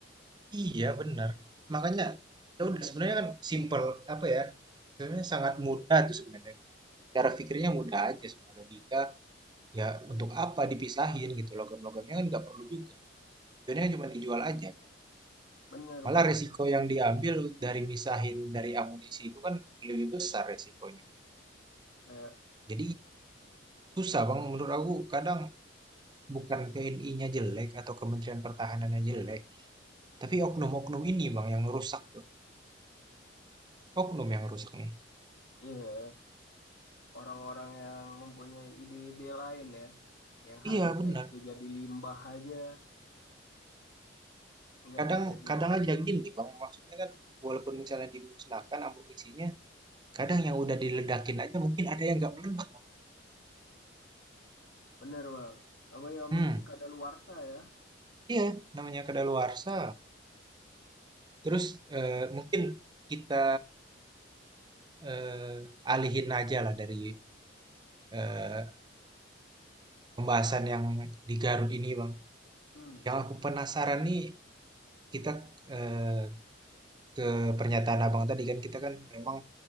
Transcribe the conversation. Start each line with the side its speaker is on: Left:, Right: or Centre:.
Right: iya benar makanya ya udah sebenarnya kan simple apa ya sebenarnya sangat mudah tuh sebenarnya cara pikirnya mudah aja sebenarnya logika ya untuk apa dipisahin gitu logam-logamnya kan nggak perlu juga Tujuannya cuma dijual aja kan.
Left: Bener
Right: Malah
Left: bang,
Right: resiko yang diambil dari misahin dari amunisi itu kan lebih besar resikonya.
Left: kayak
Right: Jadi susah Bang menurut aku kadang bukan TNI-nya jelek atau Kementerian Pertahanannya jelek, tapi oknum-oknum ini Bang yang rusak tuh. Oknum yang rusak nih.
Left: iya orang-orang yang mempunyai ide-ide lain ya, yang
Right: Iya
Left: harusnya
Right: benar.
Left: itu jadi limbah aja, nggak
Right: Kadang
Left: dijadiin.
Right: kadang aja gini Bang, maksudnya kan walaupun misalnya dimusnahkan amunisinya, kadang yang udah diledakin aja mungkin ada yang nggak meledak Bang.
Left: Bener bang, apa ya amunisi
Right: Hmm,
Left: kadaluarsa ya?
Right: iya namanya kedaluarsa. Terus eh, mungkin kita eh, alihin aja lah dari eh, pembahasan yang di Garut ini, Bang.
Left: Hmm,
Right: Yang aku penasaran nih, kita eh, ke pernyataan Abang tadi kan kita kan memang